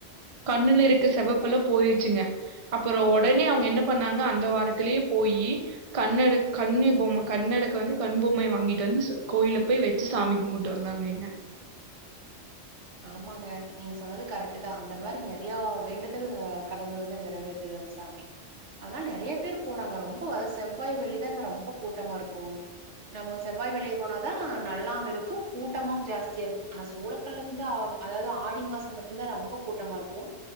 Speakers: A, on the right; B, on the right.
A: கண்ணுல இருக்கற செவப்புல்லா போயிருச்சுங்க அப்பறோ உடனே அவங்க என்ன பண்ணாங்க அந்த வாரத்திலயே போயி கண்ணட கண்ணு பொம்ம கண்ணடக்க வந்து கண் பொம்மை வாங்கிட்டு வந்து கோயில போய் வச்சி சாமி கும்புட்டு வந்தங்க இங்க
B: ஆமாங்க நீங்க சொன்னது கரக்ட் தா அந்த மாரி நெறையா வேண்டுதல் அ கடவுள் வந்து நெறைவேற்றுது அந்த சாமி அதுனால நெறைய பேர் போறாங்க ரொம்ப அத செவ்வாய் வெள்ளிதா அங்க ரொம்ப கூட்டமா இருக்கு நம்ம செவ்வாய் வெள்ளி போனாதா நல்லாவு இருக்கும் கூட்டமும் ஜாஸ்தியா இருக்கும் ஆனா சோளக்கல்ல அந்த அதாவது ஆடி மாச மட்டும் தா ரொம்ப கூட்டமா இருக்கும்